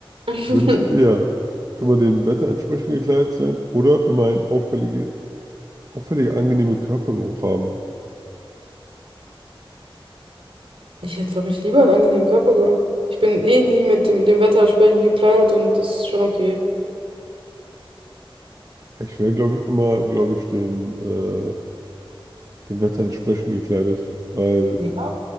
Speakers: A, on the right; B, on the right.
A: <laughs>
B: Würdest du eher immer dem Wetter entsprechend gekleidet sein oder immer einen auffällige, auffällige angenehme Körpergeruch haben?
A: Ich hätte, glaube ich, lieber einen angenehmen Körpergeruch. Ich bin eh nie mit dem, dem Wetter entsprechend gekleidet und das ist schon okay.
B: Ja, Ich wäre, glaube ich, immer, glaube ich, dem, äh, dem Wetter entsprechend gekleidet, weil
A: Ja.